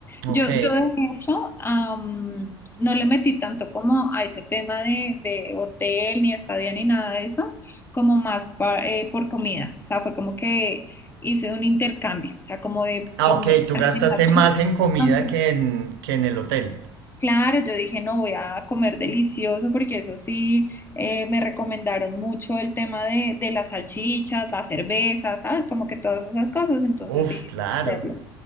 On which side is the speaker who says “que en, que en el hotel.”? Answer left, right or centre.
Right